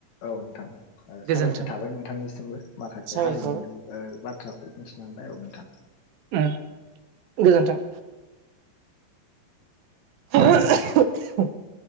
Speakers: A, on the left (about 60°); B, on the right (about 85°).
A: औ नोंथां ओ
B: गोजोन्थों
A: साबायखर थाबाय नोंथांनिसिमबो माखासे
B: साबायखर
A: हारिमुनि ओ बाथ्राखौ मिथिना मोनबाय औ नोंथां।
B: ओ गोजोन्थों। <unintelligible>